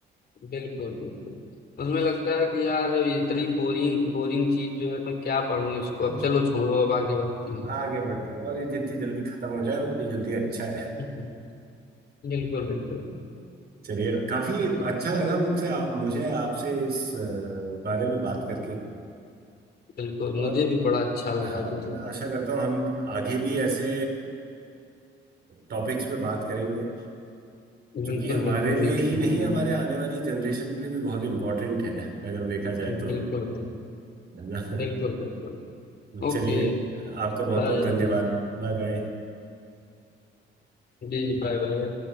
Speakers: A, on the left; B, on the right.
A: बिल्कुल बिल्कुल उसमें लगता है कि यार इतनी बोरिंग बोरिंग चीज जो है मैं क्या पढूं इसको
B: हाँ
A: अब चलो छोड़ो अब आगे बढ़ते हैं
B: आगे बढ़ते हैं और ये जितनी जल्दी खत्म हो जाए उतनी जल्दी अच्छा है
A: हम्म, बिल्कुल बिल्कुल
B: चलिए काफी
A: तो
B: अच्छा लगा मुझसे आप- मुझे आपसे इस अ, बारे में बात करके
A: बिल्कुल
B: और
A: मुझे भी बड़ा अच्छा लगा
B: हाँ
A: जो
B: मैं
A: है
B: आशा करता हूँ हम आगे भी ऐसे टॉपिक्स पे बात करेंगे
A: बिल्कुल
B: जो कि हमारे
A: बिल्कुल
B: लिए
A: मिलते
B: ही नहीं
A: हैं हम
B: हमारे
A: लोग।
B: आने वाली जनरेशन के लिए भी बहुत इम्पोर्टेंट है अगर देखा जाए
A: बिल्कुल
B: तो
A: भाई
B: है ना
A: बिल्कुल बिल्कुल ओके
B: चलिए आपका बहुत
A: बाय
B: बहुत धन्यवाद Bye bye
A: जी जी बाय बाय